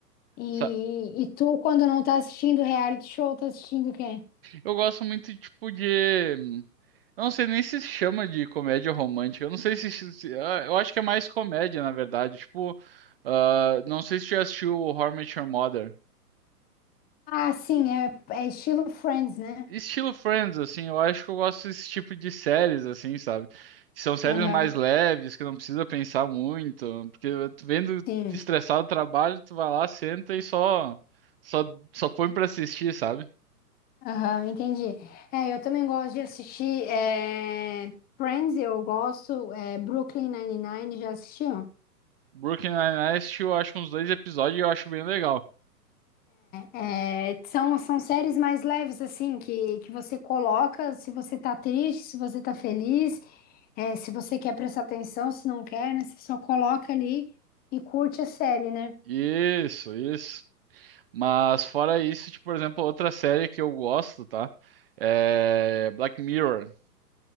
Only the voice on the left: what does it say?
E,
e tu, quando não tá assistindo reality show, tá assistindo o quê?
Ah, sim, é, é estilo Friends, né?
Aham,
sim.
Aham, entendi. É, eu também gosto de assistir é, Friends, eu gosto, é, Brooklyn Nine-Nine, já assistiu?
É, é, são, são séries mais leves, assim, que, que você coloca se você tá triste, se você tá feliz, é, se você quer prestar atenção, se não quer, né? Você só coloca ali e curte a série, né?